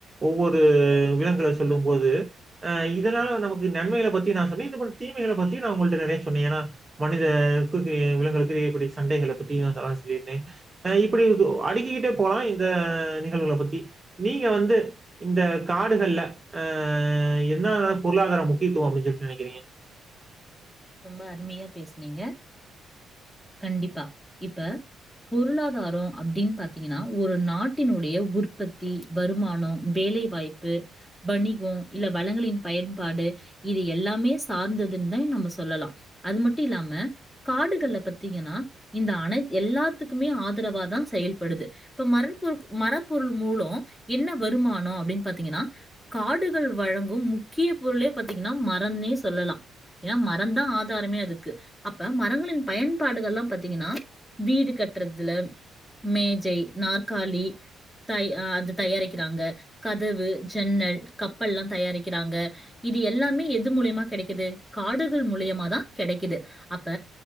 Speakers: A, on the right (about 20°); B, in the centre.
A: ஒவ்வொரு விலங்குகள சொல்லும்போது அ இதனால நமக்கு நன்மைகள பத்தி நா சொன்னே இனிமே தீமைகள பத்தி நா உங்கள்ட்ட நெறைய சொன்னே ஏனா மனிதர்களுக்கு விலங்குக்கு இப்டி சண்டைகள பத்தி நா சொல்லியிருந்தே அ இப்டி அடுக்கிக்கிட்டே போலா இந்த நிகழ்வுல பத்தி நீங்க வந்து இந்த காடுகள்ல அ என்ன பொருளாதார முக்கியத்துவம் அப்டின்னு சொல்லி நெனைக்கிறீங்க
B: ரொம்ப அருமையா பேஸ்னீங்க கண்டிப்பா இப்ப பொருளாதாரம் அப்படின்னு பாத்தீங்கன்னா ஒரு நாட்டினுடைய உற்பத்தி வருமானம் வேலை வாய்ப்பு வணிகம் இல்ல வளங்களின் பயன்பாடு இது எல்லாமே சார்ந்ததுன் தா நம்ம சொல்லலா அது மட்டு இல்லாம காடுகள்ல பத்தீங்கன்னா இந்த அன எல்லாத்துக்குமே ஆதரவாாதா செயல்படுது இப்ப மர பொ மரப்பொருள் மூலோ என்ன வருமானம் அப்டின் பாத்தீங்கன்னா காடுகள் வழங்கும் முக்கிய பொருளே பாத்தீங்கன்னா மரம்னே சொல்லலா ஏனா ம ரந்தா ஆதாரமே அதுக்கு அப்ப மரங்களின் பயன்பாடுகள்லா பாத்தீங்கன்னா வீடு கட்றதுல மேஜை நாற்காலி த அது தயாரிக்கிறாங்க கதவு ஜன்னல் கப்பல்லா தயாரிக்கிறாங்க இது எல்லாமே எது மூலியமா கெடைக்குது காடு கள் மூலியமாதா கெடைக்குது அப்ப